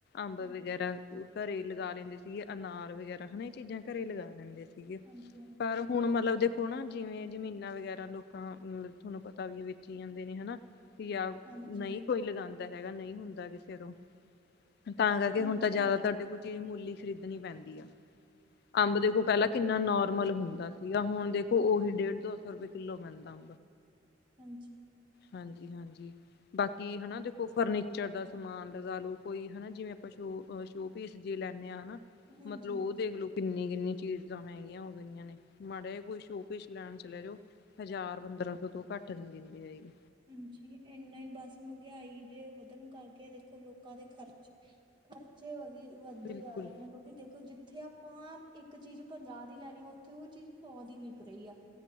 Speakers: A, on the left; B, on the right.
A: ਅੰਬ
B: ਹਾਂਜੀ
A: ਵਗੈਰਾ ਘਰੇ ਲਗਾ ਲੈਂਦੇ ਸੀਗੇ, ਅਨਾਰ ਵਗੈਰਾ ਹਨਾ ਇਹ ਚੀਜ਼ਾਂ ਘਰੇ ਲਗਾ ਲੈਂਦੇ ਸੀ
B: ਹਾਂਜੀ
A: ਪਰ, ਹੁਣ ਮਤਲਬ ਦੇ ਓਣਾ, ਜਿਵੇਂ ਜ਼ਮੀਨਾਂ ਵਗੈਰਾ ਲੋਕਾਂ ਮਤਲ ਤੁਹਾਨੂੰ ਪਤਾ ਵੀ, ਵੇਚੀ ਜਾਂਦੇ ਨੇ ਹਨਾ। ਯਾਂ,
B: ਹਾਂਜੀ
A: ਨਹੀਂ ਕੋਈ ਲਗਾਂਦਾ ਹੈਗਾ, ਨਹੀਂ ਹੁੰਦਾ ਕਿਸੇ ਤੋਂ ਤਾਂ ਕਰਕੇ,
B: ਹਾਂਜੀ
A: ਹੁਣ ਤਾਂ ਜ਼ਿਆਦਾਤੁਰ
B: ਹਾਂਜੀ
A: ਦੇਖੋ ਚੀਜ਼ ਮੁੱਲ ਹੀ ਖਰੀਦਣੀ ਪੈਂਦੀ ਏ। ਅੰਬ ਦੇਖੋ, ਪਹਿਲਾਂ ਕਿੰਨਾ ਨੋਰਮਲ ਹੁੰਦਾ ਸੀਗਾ, ਹੁਣ ਦੇਖੋ ਉਹੀ ਡੇਢ, ਦੋ- ਸੌ ਰੁਪਏ ਕਿੱਲੋ ਮਿਲਦਾ।
B: ਹਾਂਜੀ।
A: ਹਾਂਜੀ-ਹਾਂਜੀ। ਬਾਕੀ ਹਨਾ ਦੇਖੋ ਫਰਨੀਚਰ ਦਾ ਸਮਾਨ ਲਗਾਲੋ, ਕੋਈ ਹਨਾ ਜਿਵੇਂ, ਆਪਾਂ ਸ਼ ਸ਼ੋਪੀਸ ਜੇ ਲੈਂਨੇ ਹਾਂ, ਹਨਾ
B: ਹਾਂਜੀ
A: ਮਤਲਬ ਉਹ ਕਿੰਨੀ-ਕਿੰਨੀ ਚੀਜ਼ਾਂ ਮਹਿੰਗੀਆਂ ਹੋ ਗਈਆਂ ਨੇ। ਮਾੜਾ ਕੋਈ ਸ਼ੋਕੇਸ ਲੈਣ ਚਲੇ ਜਾਓ ਹਜ਼ਾਰ, ਬੰ ਪੰਦਰਾਂ-ਸੌ ਤੋਂ, ਘੱਟ ਨੀ ਦਿੰਦੇ ਹੈਗੀ
B: ਹਾਂਜੀ, ਇਨਾ ਹੀ ਬੱਸ ਮਹਿੰਗਾਈ ਦੇ ਵਧਣ ਕਰਕੇ ਦੇਖੋ ਲੋਕਾਂ ਦੇ ਖਰਚ ਖਰਚੇ ਵਧੀ-ਵਧਦੇ
A: ਬਿਲਕੁਲ
B: ਜਾ ਰਹੇ ਨੇ, ਕਿਉਂਕਿ ਦੇਖੋ ਜਿੱਥੇ ਆਪ ਆਪਾਂ, ਇੱਕ ਚੀਜ਼ ਪੰਜਾਹ ਦੀ ਲੈਣੀ, ਉੱਥੇ 'ਉਹ ਚੀਜ਼ ਸੌ ਦੀ ਵਿਕ ਰਹੀ ਆ।